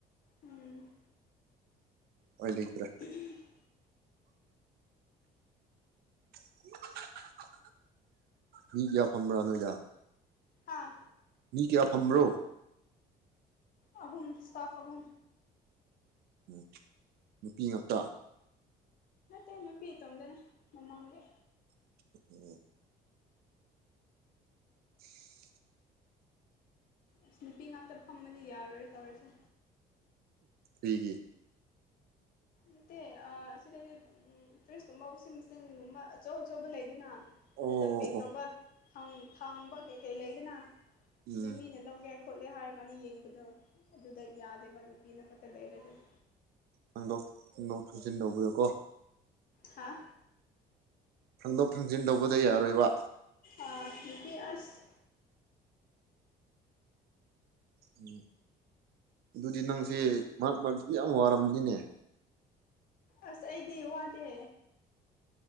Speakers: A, on the left; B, on the right.
A: ꯎꯝ
B: ꯎꯄꯥꯏ ꯂꯩꯇ꯭ꯔꯦ
A: <inaudible>
B: <inaudible> ꯃꯤ ꯀꯌꯥ ꯐꯝꯕ꯭ꯔꯥ ꯅꯣꯏꯗ
A: ꯍꯥꯥ
B: ꯃꯤ ꯀꯌꯥ ꯐꯝꯕ꯭ꯔꯣ
A: ꯑꯍꯨꯝ ꯏꯁꯇꯥꯐ ꯑꯍꯨꯝ
B: ꯎꯝ ꯅꯨꯄꯤ ꯉꯥꯛꯇ
A: ꯑꯩ ꯅꯨꯄꯤ ꯏꯇꯣꯝꯗꯅꯦ ꯃꯃꯥꯡꯒꯤ
B: <inaudible> <inaudible>
A: ꯑꯁ ꯅꯨꯄꯤ ꯉꯥꯛꯇ ꯐꯝꯕꯗꯤ ꯌꯥꯔꯣꯏ ꯇꯧꯔꯤꯁꯦ
B: ꯀꯩꯒꯤ
A: ꯅꯠꯇꯦ ꯑ ꯑꯁꯤꯗꯗꯤ ꯎꯝ ꯐ꯭ꯔꯤꯖꯀꯨꯝꯕ ꯋꯥꯁꯤꯡ ꯃꯦꯆꯤꯟꯒꯨꯝꯕ ꯑꯆꯧ ꯑꯆꯧꯕ ꯂꯩꯗꯅ
B: ꯑꯣ
A: ꯑꯗꯨꯗ
B: ꯑꯣ
A: ꯄꯦꯛ
B: ꯑꯣ
A: ꯇꯧꯕ ꯊꯥꯡ ꯊꯥꯡꯕ ꯀꯩꯀꯩ ꯂꯩꯗꯅ
B: ꯎꯝ
A: ꯑꯗꯨꯝ ꯃꯤꯅ ꯂꯧꯒꯦ꯫ ꯈꯣꯠꯂꯦ ꯍꯥꯏꯔꯒꯥꯟꯗꯥ ꯌꯦꯡꯕꯗꯣ ꯑꯗꯨꯗ ꯌꯥꯗꯦꯕ ꯅꯨꯄꯤꯅ ꯈꯛꯇ ꯂꯩꯔꯒꯗꯤ꯫
B: ꯍꯪꯗꯣꯛ ꯍꯪꯗꫭꯛ ꯊꯥꯖꯤꯟ ꯇꯧꯕꯗꯀꯣ
A: ꯍꯥꯥ
B: ꯊꯥꯡꯗꯣꯛ ꯊꯥꯡꯖꯤꯟ ꯇꯧꯕꯗ ꯌꯥꯔꯣꯏꯕ
A: ꯑꯥ ꯅꯨꯄꯤ ꯑꯁ
B: ꯎꯝ ꯑꯗꯨꯗꯤ ꯅꯪꯁꯦ ꯃꯔꯛ ꯃꯔꯛꯇ ꯌꯥꯝ ꯋꯥꯔꯝꯅꯤꯅꯦ
A: ꯑꯁ ꯑꯩꯗꯤ ꯋꯥꯗꯦ꯫